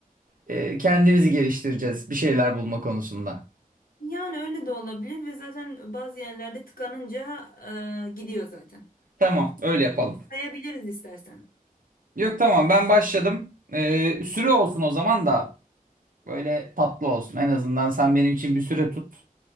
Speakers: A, on the right (about 70°); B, on the left (about 75°).
A: e, kendimizi geliştireceğiz bir şeyler bulma konusunda.
B: Yani öyle de olabilir ve zaten bazı yerlerde tıkanınca e, gidiyor zaten.
A: Tamam, öyle yapalım.
B: Sayabiliriz istersen.
A: Yok tamam ben başladım. Ee, süre olsun o zaman da böyle tatlı olsun. En azından sen benim için bir süre tut.